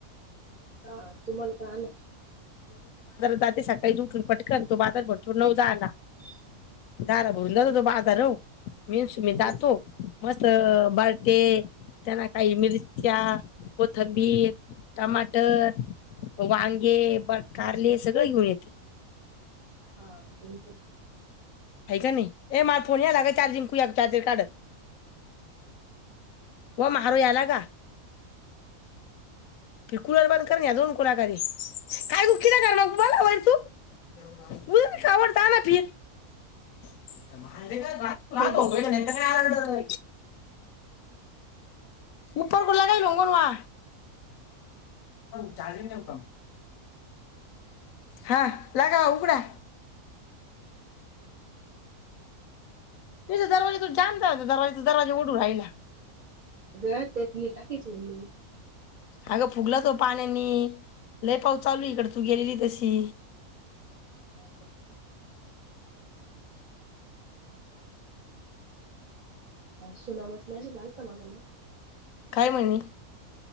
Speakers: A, on the right (about 35°); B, on the left (about 70°).
A: हा तुम्हाला पण आलं
B: जे सकाळी उठून पटकन तो बादर भरतो नऊ जाल
A: हम्
B: दारा बोलला त तो बाजार मीनस
A: हम्म
B: मी जातो मस् बळटे त्यांना काही मिरच्या कोथंबीर टमाटर वांगे ब कारले सगळं घेऊन येते
A: हा ज
B: ह का नाही ए मार फोनलाग चार्जिंग चार्जर काढ व मारो याला का क कुलाार बां कर या दोन कुलाकारारी काय ग किलाकार मगला तू खबडता ना फर का रा होता
A: ना.
B: काय आ र ला चार्जिंगऊ का हा लागा उघडा त दरवाजा तू जाणत दरवाजे दरवाजा ओढू राहि ना
A: अ गं त्यात हे टाकायच म्होल नाही
B: अगं फुगला तो पाण्याने लय पाऊस चालू इकडं तू गेलेली तशी
A: हा का सोनामस मची ा तां क
B: काय म्हणणे